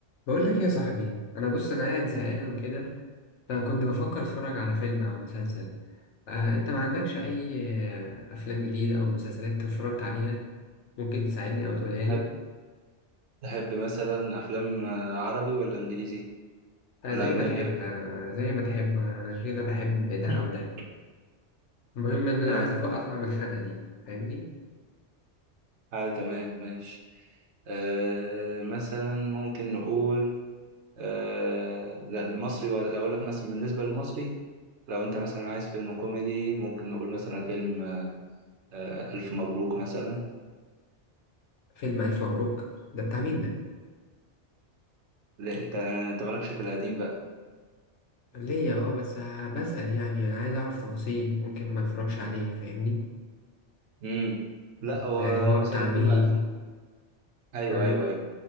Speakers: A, on the left; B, on the right.
A: بقول لك ايه يا صاحبي انا بص انا قاعد زهقان وكده فكنت بفكر اتفرج على فيلم او مسلسل آه، انت ما عندكش اي آه، افلام جديده او مسلسلات أنت اتفرجت عليها ممكن تساعدني او تقولها لي
B: هت- تحب مثلا أفلام آه، عربي ولا إنجليزي
A: آه،
B: ولا
A: زي
B: أجنبي
A: ما تحب
B: يعني؟
A: آه، زي ما تحب انا كده بحب ده
B: <laughs>
A: او ده المهم ان
B: تمام
A: انا عايز أفوق- اطلع من الخنقه دي فاهمني
B: آه تمام ماشي آه مثلا ممكن نقول آه لا المصري ولا أقول لك مثلا بالنسبة للمصري لو أنت مثلا عايز فيلم كوميدي ممكن نقول مثلا فيلم آه ألف مبروك مثلا
A: فيلم الف مبروك ده بتاع مين ده
B: لا أنت أنت مالكش في القديم بقى
A: ليا اه بس آه، بسأل يعني انا عايز اعرف تفاصيل ممكن ما اتفرجش عليه فاهمني
B: مم. لا هو
A: ويعني هو
B: مثلا
A: بتاع
B: فيلم
A: مين
B: ألف مبروك. أيوه
A: آه.
B: أيوه أيوه